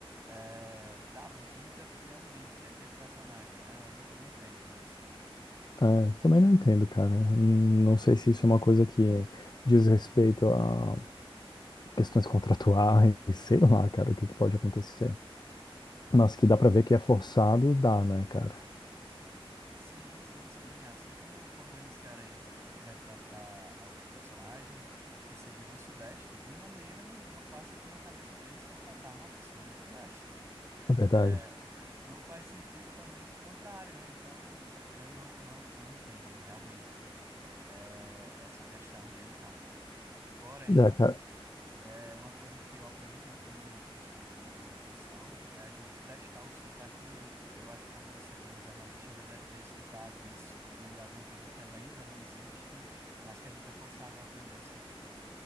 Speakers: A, on the right; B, on the left.
A: eh, dar vida fielmente àquele personagem, né? Eu não, não entendo isso.
B: É, também não entendo, cara. Hum, Não sei se isso é uma coisa que diz respeito a questões contratuais, <laughs> sei lá, cara, o que que pode acontecer. Mas
A: É,
B: que
A: cara.
B: dá pra ver que é forçado, dá, né, cara?
A: Sim, sim, sim. Assim como quando eles querem retratar algum personagem que seja do Sudeste, de maneira nenhuma passa pela cabeça deles contratar uma pessoa do Nordeste.
B: Na verdade.
A: É, não faz sentido também o contrário, né? Então, eu eu não, não, não entendo realmente é, essa questão deles, não. Porém,
B: Dá, cara.
A: é uma coisa que eu aprendi muito no meu curso de, de atuação é a gente testar o sotaque neutro. Eu acho que como você, como jornalista, já deve ter escutado isso, que alguns dizem que é lenda, não existe, mas que a gente é forçado a aprender, sim.